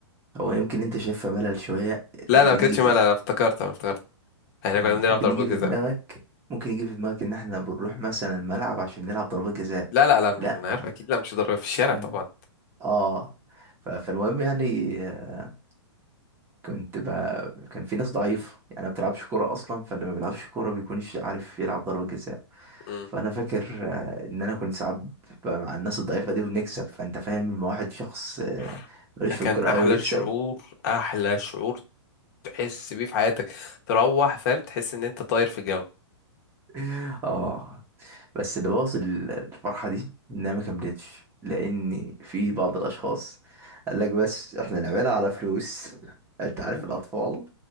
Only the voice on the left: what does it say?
<laughs> لا
لا ما كانتش
ملل انا افتكرت انا افتكرت احنا
كنا بنلعب
ضربات
جزاء
لا لا لا مش
ما انا عارف
اكيد لا مش ضربة في الشارع
طبعا
مم.
أوف،
ده
كان
احلى
شعور احلى شعور تحس بيه في حياتك تروح فاهم تحس ان انت طاير في الجو
اوف